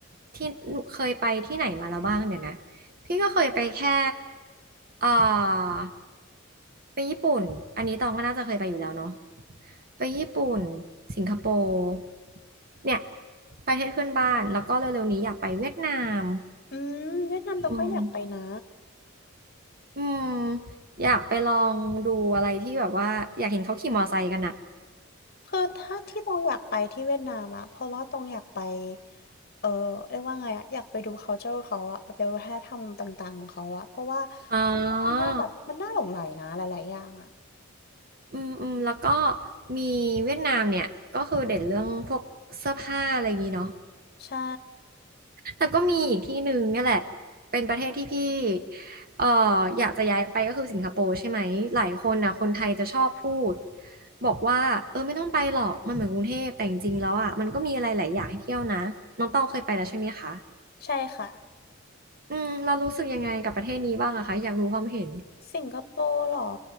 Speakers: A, on the right; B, on the left.
A: ที่เคยไปที่ไหนมาแล้วบ้างเนี่ยนะพี่ก็เคยไปแค่เอ่อไปญี่ปุ่นอันนี้ตองก็น่าจะเคยไปอยู่แล้วเนาะไปญี่ปุ่นสิงคโปร์เนี่ยประเทศเพื่อนบ้านแล้วก็เร็วๆนี้อยากไปเวียดนาม
B: อืมเวียดนามต้องก็อยากไปนะ
A: อืมอืมอยากไปลองดูอะไรที่แบบว่าอยากเห็นเขาขี่มอไซค์กันอะ
B: คือถ้าที่ตองอยากไปที่เวียดนามอะเพราะว่าตองอยากไปเออเรียกว่าไงอะอยากไปดู culture เขาอะไปดูวัฒนธรรมต่างๆของเขาอะเพราะว่าตองว่ามันน่าแบบมันน่าหลงใหลนะหลายๆอย่างอะ
A: อ๋อ อืมอืมแล้วก็มีเวียดนามเนี่ยก็คือเด่นเรื่องพวกเสื้อผ้าอะไรอย่างนี้เนาะ
B: ใช่
A: แต่ก็มีอีกที่หนึ่งเนี่ยแหละเป็นประเทศที่พี่เอ่ออยากจะย้ายไปก็คือสิงคโปร์ใช่ไหมหลายคนนะคนไทยจะชอบพูดบอกว่าเออไม่ต้องไปหรอกมันเหมือนกรุงเทพแต่จริงๆแล้วอ่ะมันก็มีอะไรหลายอย่างให้เที่ยวนะน้องต้องเคยไปแล้วใช่ไหมคะ
B: ใช่ค่ะ
A: อืมเรารู้สึกยังไงกับประเทศนี้บ้างอะคะอยากรู้ความเห็น
B: สิงคโปร์เหรอ